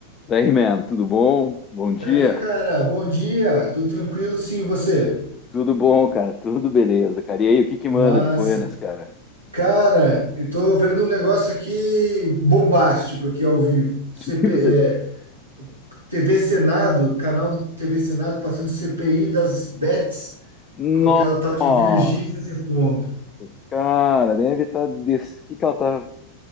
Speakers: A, on the left; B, on the right.
A: Daí, man, tudo bom? Bom
B: Daí,
A: dia.
B: cara, bom dia, tudo tranquilo? Sim, e você?
A: Tudo bom, cara? Tudo beleza, cara. E aí, o que que
B: Massa.
A: manda de Buenas, cara?
B: Cara, eu tô vendo um negócio aqui bombástico aqui ao vivo. CP,
A: O que você...
B: é, TV Senado, canal do TV Senado passando CPI das bets
A: Nossa,
B: com aquela tal de Virgínia depondo.
A: cara, deve estar... Des... O que que ela tá...